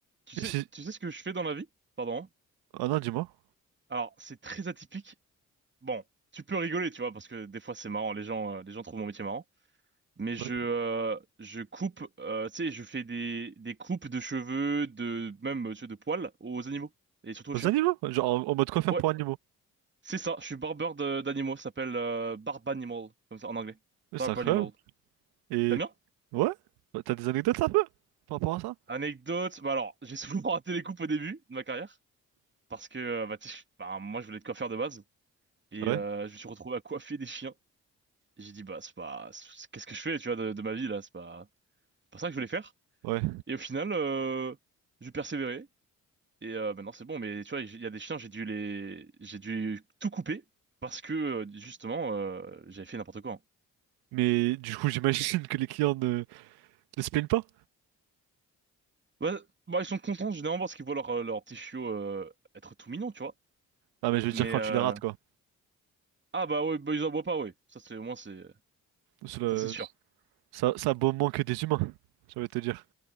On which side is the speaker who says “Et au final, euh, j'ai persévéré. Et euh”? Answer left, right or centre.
Right